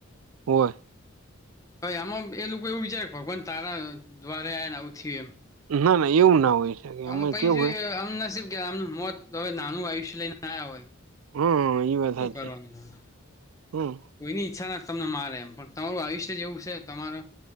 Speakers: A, on the right (about 85°); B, on the left (about 15°).
A: હોય
B: હવે આમાં એ લોકો એવું વિચારે ભગવાન તારા દ્વારે આને આવું થય એમ
A: ના ના એવું ના હોય શકે
B: આ
A: અમે
B: પછી
A: કેવું
B: જો
A: હોય
B: આમ નસીબ કે આમનું મોત હવે નાનું આયુષ્ય લઈને આ્યા હોય
A: હમ એ વાથ
B: શું
A: સા
B: કરવાનું
A: છે
B: હવે
A: હમ
B: કોઈની ઈચ્છા ના તમને મારે એમ પણ તમારું આયુષ્ય જેવું છે તમારો